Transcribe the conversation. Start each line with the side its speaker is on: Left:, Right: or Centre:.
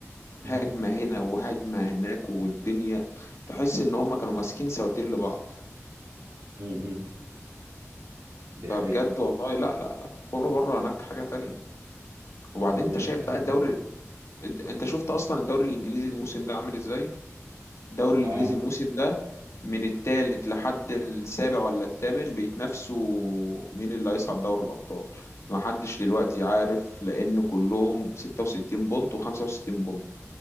Right: امم
Left: هجمة هنا وهجمة هناك والدنيا تحس ان هما كانوا ماسكين سواتير لبعض
Right: امم دي
Left: فبجد
Right: حقيقة
Left: والله لا لا لا الكورة بره هناك حاجة تانية وبعدين
Right: والأهداف
Left: انت شايف بقى الدوري الد- انت شفت اصلا الدوري الانجليزي الموسم ده عامل ازاي الدوري الانجليزي
Right: اه
Left: الموسم ده من الثالث لحد السابع ولا الثامن بيتنافسوا مين اللي هيصعد دوري الابطال ما حدش دلوقتي عارف لان كلهم 66 بونت و65 بونت